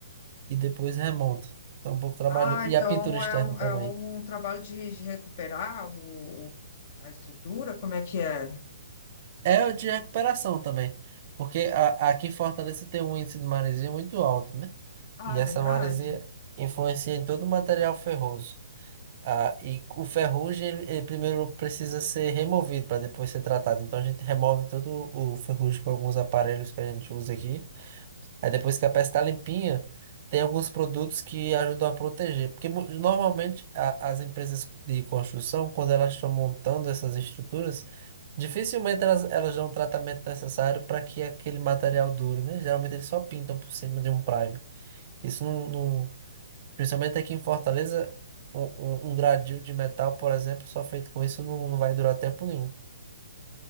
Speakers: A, on the right (about 40°); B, on the left (about 40°).
A: e depois remonta. Então é um pouco trabalho.
B: Ah,
A: E
B: então
A: a pintura externa
B: é um,
A: também.
B: é um trabalho de, de recuperar o, o- a estrutura? Como é que é?
A: É de recuperação também. Porque a- aqui em Fortaleza tem um índice de maresia muito alto, né?
B: Ah,
A: E essa
B: verdade.
A: maresia influencia em todo o material ferroso. Ah, e o ferrugem, ele, ele primeiro precisa ser removido para depois ser tratado. Então a gente remove todo o ferrugem com alguns aparelhos que a gente usa aqui. Aí depois que a peça está limpinha, tem alguns produtos que ajudam a proteger. Porque mu- normalmente a- as empresas de construção, quando elas estão montando essas estruturas, dificilmente elas, elas dão o tratamento necessário para que aquele material dure, né? Geralmente eles só pintam por cima de um prime. Isso não, não Principalmente aqui em Fortaleza, um, um, um gradil de metal, por exemplo, só feito com isso não, não vai durar tempo nenhum.